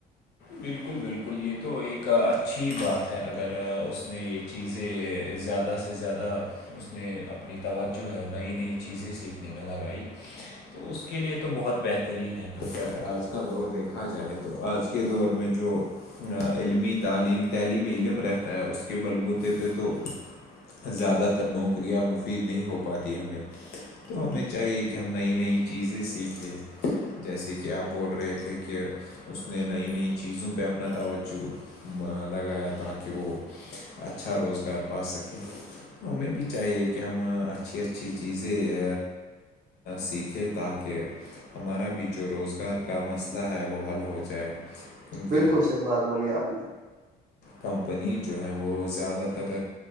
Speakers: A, on the left; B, on the right.
A: بالکل بالکل یہ تو ایک اچھی بات ہے اگر اس نے یہ چیزیں زیادہ سے زیادہ اس نے اپنی توجہ ہے نئی نئی چیزیں سیکھنے میں لگائی تو اس کے لئے تو بہت بہترین ہے کیونکہ اگر آج کا دور دیکھا جائے تو آج کے کے دور میں جو علمی تعلیم تعلیمی علم رہتا ہے اس کے بلبوتے پہ تو زیادہ تر نوکریاں مفید نہیں ہو پاتی ہمیں تو ہمیں چاہیے کہ ہم نئی نئی چیزیں سیکھیں جیسے کہ آپ بول رہے تھے کہ اس نے نئی نئی چیزوں پہ اپنا توجہ لگایا تاکہ وہ اچھا روزگار پا سکے ہمیں بھی چاہیے کہ ہم اچھی اچھی چیزیں سیکھیں تاکہ ہمارا بھی جو روزگار کا مسئلہ ہے وہ حل ہو جائے کیونکہ
B: بالکل صحیح بات بولی آپ نے
A: کمپنی جو ہیں وہ زیادہ تر